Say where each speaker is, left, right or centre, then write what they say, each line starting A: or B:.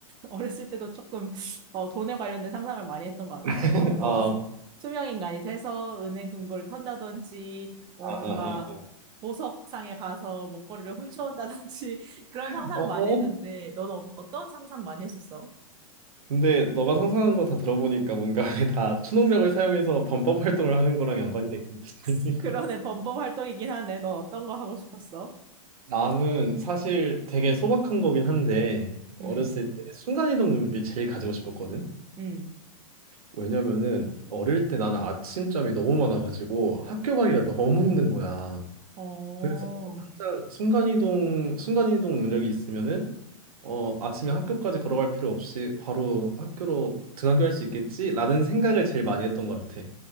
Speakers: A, on the right (about 25°); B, on the right (about 85°).
A: 어렸을 때도 조금 어, 돈에 관련된 상상을 많이 했던 것 같아.
B: <laughs>
A: 뭐
B: 아,
A: <laughs> 투명인간이 돼서 은행 금고를 턴다든지 뭐
B: 아,
A: 뭔가
B: 아, 아,
A: 보석상에 가서 목걸이를 훔쳐온다든지 <laughs> 그런
B: 아.
A: 상상 을 많이
B: 어?
A: 했는데 넌 어, 어떤 상상 많이 했었어?
B: 근데 너가 상상한 거 다 들어보니까 뭔가 <laughs> 다 초능력을 사용해서 범법 활동을 하는 거랑 연관이 되는 거지.
A: <laughs> 그러네
B: <laughs>
A: 범법 활동이긴 하네. 넌 어떤 거 하고 싶었어?
B: 나는 사실 되게 소박한 거긴 한데 어렸을
A: 응.
B: 때 순간이동 능력이 제일 가지고 싶었거든.
A: 응.
B: 왜냐면은 어릴 때 나는 아침잠이 너무 많아가지고 학교 가기가 너무 힘든 거야.
A: 어.
B: 그래서 항상 순간이동 순간이동 능력이 있으면은 어 아침에 학교까지 걸어갈 필요 없이 바로 학교로 등하교할 수 있겠지라는 생각을 제일 많이 했던 것 같아.